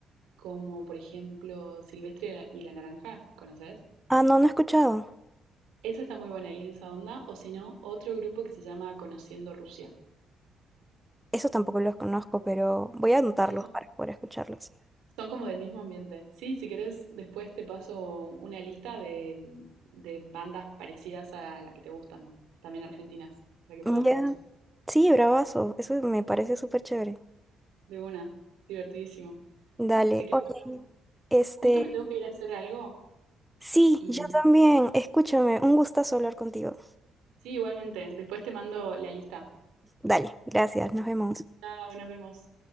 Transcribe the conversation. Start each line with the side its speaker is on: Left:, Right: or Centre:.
Right: como por ejemplo Silvestre y la y La Naranja, ¿conoces?
Centre: Ah, no, no he escuchado.
Right: Esa está muy buena y es de esa onda, o si no, otro grupo que se llama Conociendo Rusia.
Centre: Esos tampoco los conozco, pero voy a anotarlos
Right: Son, co-
Centre: para poder escucharlos.
Right: son como del mismo ambiente. Sí, si querés, después te paso una lista de, de bandas parecidas a la que te gustan, también argentinas, para que puedas
Centre: Ya.
Right: conocer.
Centre: Sí, bravazo. Eso me parece súper chévere.
Right: De una, divertidísimo.
Centre: Dale.
Right: Así que
Centre: Oye,
Right: bueno,
Centre: este.
Right: justo me tengo que ir a hacer algo
Centre: Sí,
Right: y
Centre: yo también. Escúchame. Un gustazo hablar contigo.
Right: sí, igualmente, después te mando la lista.
Centre: Dale. Gracias. Nos vemos.
Right: Chao, nos vemos.